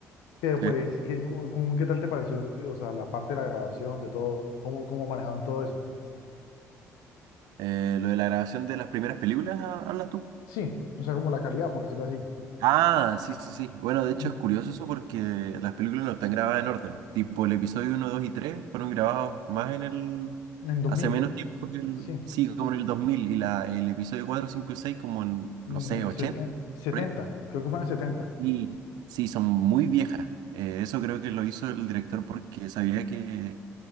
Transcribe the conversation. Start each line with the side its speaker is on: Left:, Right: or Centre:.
Left: Pero
Right: sí.
Left: pues, ¿qué, cómo- cómo- qué tal te pareció, o sea, la parte de la grabación, de todo? ¿Cómo, cómo manejaron todo eso?
Right: Eh, lo de la grabación de las primeras películas, ah, ¿hablas tú?
Left: Sí, o sea, como la calidad, por decirlo así.
Right: Ah, sí, sí, sí. Bueno, de
Left: <clears throat>
Right: hecho es curioso eso porque las películas no están grabadas en orden. Tipo, el episodio uno 2 y 3 fueron grabados más en el...
Left: En 2000,
Right: Hace menos tiempo que el...
Left: sí.
Right: Sí, como en el 2000 y la, el episodio 4 5 y 6 como en, no
Left: Mm,
Right: sé,
Left: en
Right: 80
Left: set- en 70,
Right: por ahí.
Left: creo que fue en el 70.
Right: Sí, sí, son muy viejas. Eh, eso creo que lo hizo el director porque sabía que